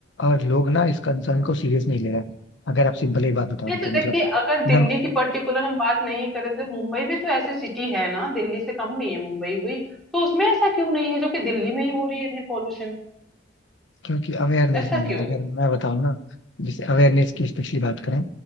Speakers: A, on the left; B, in the centre.
A: और लोग ना इस कंसर्न को सीरियस नहीं ले रहे हैं। अगर आप सिंपल एक बात बताओ
B: नहीं
A: उनको
B: तो देखिए
A: मतलब
B: अगर दिल्ली
A: मैं
B: की पर्टिकुलर हम बात नहीं करें तो मुंबई भी तो ऐसी सिटी है ना दिल्ली से कम नहीं है मुंबई भी तो उसमें ऐसा क्यों नहीं है जो कि दिल्ली में ही हो रही है इतनी पॉल्यूशन
A: क्योंकि अवेयरनेस
B: ऐसा
A: नहीं
B: क्यों
A: है अगर मैं बताऊँ ना जैसे अवेयरनेस की स्पेशली बात करें